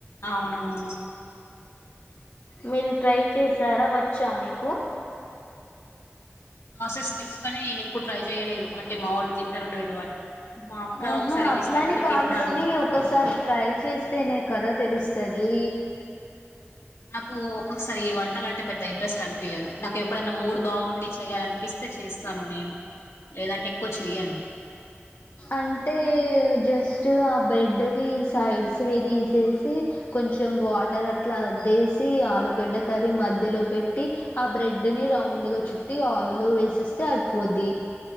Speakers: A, on the left; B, on the left.
A: అవును అవును
B: మీరు ట్రై చేశారా వచ్చా మీకు
A: ప్రసెస్ తెలుసుగానీ నేను ఎప్పుడు ట్రై చెయలేదు అంటే మా వాళ్ళు తింటర్లే లేదో అని మా అక్క
B: ఆహా
A: ఒకసారి
B: అట్లాని
A: చేస్తే అప్పుడు
B: కాదు
A: తిన్నాను
B: గాని ఒకసారి ట్రై చేస్తేనే కద తెలుస్తది
A: నాకు ఒక్కొక్కసారి వంటలు అంటే పెద్దయి ఇంట్రెస్ట్ అనిపియాదు నాకు ఎప్పుడైనా మూడ్ బాగుండి చేయ్యాలనిపిస్తే చేస్తాను నేను లేదంటే ఎక్కువ చెయ్యను
B: అంటే జస్ట్ ఆ బ్రెడ్వి సైడ్స్వి తీసేసి కొ కొంచం వాటర్ అట్లా ఆదేశి అలుగడా కరీ మద్య లో పెట్టి ఆ బ్రెడ్ ని రౌం రౌండ్గా చుట్టి ఆయిల్ వేసేస్తే అయిపోద్ది